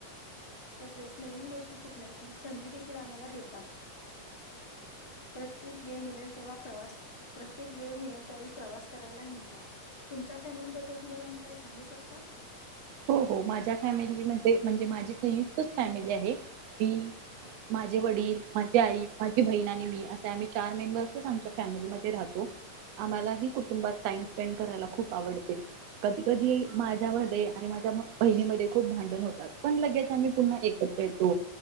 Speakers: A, on the left; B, on the right.
A: तसेच नवीन गोष्टी शिकण्याची संधी देखील आम्हाला देतात प्रत्येक वेळ मिळेल तेव्हा प्रवास प्रत्येक वेळ मिळेल त्यावेळी प्रवास करायला नेतात तुमच्या फॅमिलीबद्दल तुम्ही मॅम काही सांगू शकता
B: हो हो माझ्या फॅमेलीमध्ये म्हणजे माझी संयुक्त <unintelligible> फॅमिली आहे ही माझे वडील माझी आई माझी ती बहीण आणि मी असे आम्ही चार मेंबर्सच आमच्या फॅमिलीमध्ये राहतो आम्हालाही कुटुंबात टाइम स्पेंड करायला खूप आवडते कधी कधी माझ्या बड्डे आणि माझ्या बहिणीमध्ये खूप भांडन होतात पण लगेच आम्ही पुन्हा एकत्र येतो